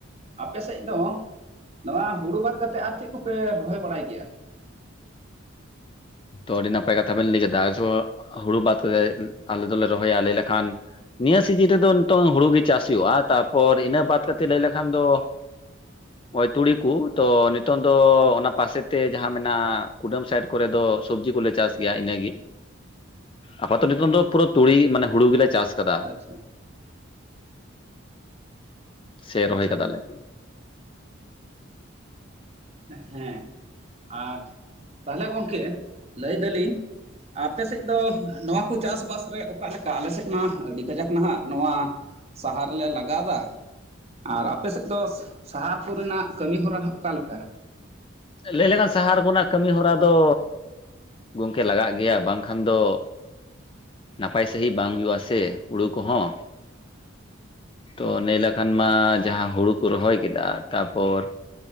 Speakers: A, on the right; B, on the left.
A: ᱟᱯᱮ ᱥᱮᱫ ᱫᱚ ᱱᱚᱣᱟ ᱦᱩᱲᱩ ᱵᱟᱫ ᱠᱟᱛᱮᱫ ᱟᱨ ᱪᱮᱫ ᱠᱚᱯᱮ ᱨᱚᱦᱚᱭ ᱵᱟᱲᱟᱭ ᱜᱮᱭᱟ?
B: ᱛᱚ ᱟᱹᱰᱤ ᱱᱟᱯᱟᱭ ᱠᱟᱛᱷᱟ ᱵᱮᱱ ᱞᱟᱹᱭ ᱠᱮᱫᱟ ᱦᱩᱲᱩ ᱵᱟᱫ ᱠᱟᱛᱮ ᱟᱞᱮ ᱫᱚᱞᱮ ᱨᱚᱦᱚᱭᱟ ᱞᱟᱭ ᱞᱮᱠᱷᱟᱱ, ᱱᱤᱭᱟᱹ ᱥᱤᱡᱤᱱ ᱨᱮᱫᱚ ᱱᱤᱛᱚᱝ ᱦᱩᱲᱩ ᱜᱮ ᱪᱟᱥ ᱦᱩᱭᱩᱜᱼᱟ ᱛᱟᱨᱯᱚᱨ ᱤᱱᱟᱹ ᱵᱟᱫ ᱠᱟᱛᱮ ᱞᱟᱹᱭ ᱞᱮᱠᱷᱟᱱ ᱫᱚ,
A: <inaudible>
B: ᱦᱚᱭ ᱛᱩᱲᱤ ᱠᱚ ᱛᱚ ᱱᱤᱛᱚᱝ ᱫᱚ ᱚᱱᱟ ᱯᱟᱥᱮᱛᱮ ᱡᱟᱦᱟᱸ ᱢᱮᱱᱟᱜᱼᱟ ᱠᱩᱰᱟᱹᱢ ᱥᱟᱭᱤᱰ ᱠᱚᱨᱮ ᱫᱚ, ᱥᱚᱵᱡᱤ ᱠᱚᱞᱮ ᱪᱟᱥ ᱜᱮᱭᱟ ᱤᱱᱟᱹᱜᱮ ᱟᱯᱟᱛᱚ ᱱᱤᱛᱚᱝ ᱫᱚ ᱯᱩᱨᱟᱹ ᱛᱩᱲᱤ ᱢᱟᱱᱮ ᱦᱩᱲᱩ ᱜᱮᱞᱮ ᱪᱟᱥ, ᱠᱟᱫᱟ
A: ᱟᱪᱪᱷᱟ,
B: ᱥᱮ
A: ᱟᱪᱪᱷᱟ
B: ᱨᱚᱦᱚᱭ ᱠᱟᱫᱟᱞᱮ,
A: ᱜᱚᱝᱠᱮ ᱦᱮᱸ ᱟᱨ ᱛᱟᱦᱚᱞᱮ ᱜᱚᱝᱠᱮ ᱞᱟᱹᱭ ᱫᱟᱞᱤᱧ, ᱟᱯᱮ ᱥᱮᱫ ᱫᱚ ᱱᱚᱣᱟ ᱠᱚ ᱪᱟᱥᱵᱟᱥ ᱨᱮ ᱚᱠᱟ ᱞᱮᱠᱟ ᱟᱞᱮ ᱥᱮᱫ ᱢᱟ ᱟᱹᱰᱤ ᱠᱟᱡᱟᱠ ᱱᱟᱦᱟᱜ ᱱᱚᱣᱟ ᱥᱟᱦᱟᱨ ᱨᱮᱞᱮ ᱞᱟᱜᱟᱣᱫᱟ, ᱟᱨ ᱟᱯᱮᱥᱮᱫ ᱫᱚ ᱥᱟᱦᱟᱨ ᱠᱚᱨᱮᱱᱟᱜ ᱠᱟᱹᱢᱤ ᱦᱚᱨᱟ ᱚᱠᱟᱞᱮᱠᱟ?
B: ᱞᱟᱹᱭ ᱞᱮᱠᱷᱟᱱ ᱥᱟᱦᱟᱨ ᱠᱚᱨᱮᱱᱟᱜ ᱠᱟᱹᱢᱤ ᱦᱚᱨᱟ ᱫᱚ, ᱜᱚᱝᱠᱮ ᱞᱟᱜᱟᱜ ᱜᱮᱭᱟ ᱵᱟᱝᱠᱷᱟᱱ ᱫᱚ ᱱᱟᱯᱟᱭ ᱢᱟᱺᱡᱷᱤ ᱵᱟᱝ ᱦᱩᱭᱩᱜ-ᱟ ᱥᱮ ᱦᱩᱲᱩ ᱠᱚ ᱦᱚᱸ᱾ ᱛᱚ ᱞᱟᱹᱭ ᱞᱮᱱᱠᱷᱟᱱ ᱢᱟ ᱡᱟᱸᱦᱟ ᱦᱩᱲᱩ ᱠᱚ ᱨᱚᱦᱚᱭ ᱠᱮᱫᱟ ᱛᱟᱨᱯᱚᱨ